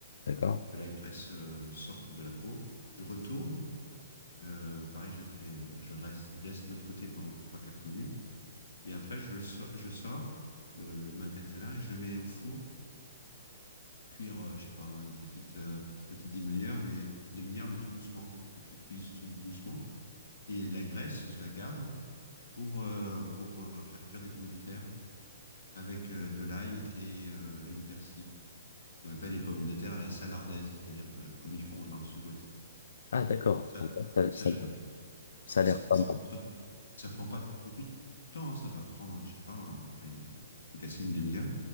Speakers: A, on the left; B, on the left.
A: D'accord.
B: pour que la graisse euh, sorte de la peau. Je retourne, euh, pareil, je fais, euh, je reste, je laisse de l'autre côté pendant trois quatre minutes. Et après, je, le so- je sors le, le magret de canard et je le mets au four, cuire, euh, je sais pas moi, une petite, euh, petite demi-heure, mais, demi-heure, mais tout doucement, pour qu'il cuise tout doucement. Et la graisse, je la garde pour, euh, pour euh, faire cuire des pommes de terre avec euh, de l'ail et, euh, et du persil. Ce qu'on appelle les pommes de terre à la salardaise, c'est-à-dire que, comme ils font dans le sud-ouest.
A: Ah, d'accord.
B: Ça,
A: Ça,
B: ça
A: ça-
B: j'adore.
A: ça a
B: Et
A: l'air
B: ça prend
A: pas
B: pas
A: mal.
B: beaucoup de temps. Ça prend pas beaucoup de temps, hein. Ça doit te prendre, je sais pas, euh, allez, à tout casser une demi-heure.